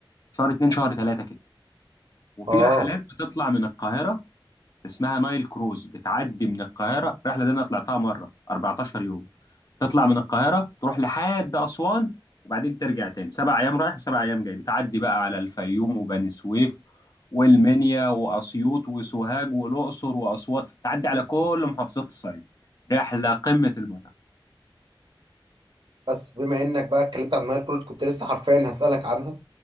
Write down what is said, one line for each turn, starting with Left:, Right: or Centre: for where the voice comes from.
Left: شهر اتنين شهر تلاتة كده وفي
Right: آه
Left: رحلات بتطلع من القاهرة اسمها نايل كروز بتعدي من القاهرة الرحلة دي أنا طلعتها مرة 14 يوم تطلع من القاهرة تروح لحد أسوان وبعدين ترجع تاني سبع أيام رايح وسبع أيام جاي بتعدي بقى على الفيوم وبني سويف والمنيا وأسيوط وسوهاج والأقصر وأسوان تعدي على كل محافظات الصعيد رحلة قمة المتعة
Right: بس بما انك بقى اتكلمت عن النايل كروز كنت لسه حرفيا هسألك عنها